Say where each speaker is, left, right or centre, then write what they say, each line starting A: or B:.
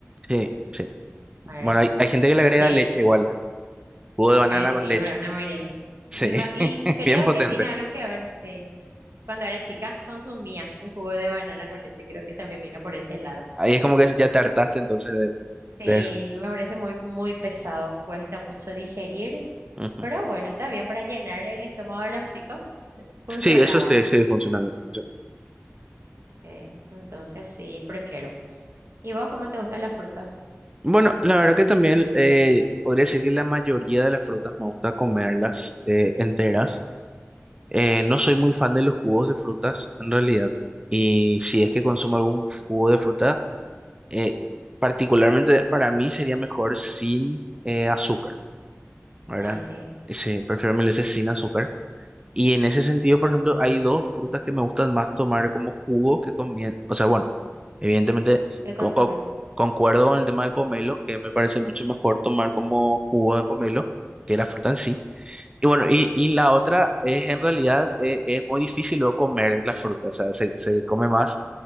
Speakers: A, on the right; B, on the right.
A: Sí, sí.
B: ¿verdad?
A: Bueno, hay, hay gente
B: Sí,
A: que le agrega
B: de
A: leche
B: hecho,
A: igual, ¿eh? Jugo de banana
B: eh, sí,
A: con leche.
B: ¿verdad? Una merienda.
A: Sí,
B: Y, ma- y
A: <laughs>
B: creo
A: bien potente.
B: que tiene algo que ver, sí. Cuando era chica consumía el jugo de banana con leche, creo que también vino por ese lado.
A: Ahí es como que ya te hartaste entonces del-
B: Sí,
A: de, eso.
B: me parece muy, muy pesado, cuesta mucho digerir,
A: Ujú.
B: pero bueno, está bien para llenar el estómago de los chicos, <laughs> funcionaba.
A: Sí, eso sí, sí funciona bien. funciona bien.
B: Eh, entonces sí, prefiero. ¿Y vos cómo te gustan las frutas?
A: Bueno, la verdad que también eh, podría decir que la mayoría de las frutas me gusta comerlas eh, enteras. Eh, no soy muy fan de los jugos de frutas en realidad. Y si es que consumo algún jugo de fruta, eh, particularmente para mí sería mejor sin eh, azúcar. ¿verdad?
B: Ah, sí.
A: Sí, prefiero mil veces sin
B: S-
A: azúcar. Y en ese sentido, por ejemplo, hay dos frutas que me gustan más tomar como jugo que con comien... O sea, bueno, evidentemente
B: ¿Qué consumir?
A: con- con- concuerdo con el tema del pomelo, que me parece mucho mejor tomar como jugo de pomelo que la fruta en sí. Y bueno, y, y la otra es en realidad eh, es muy difícil luego comer la fruta, o sea, se, se come más,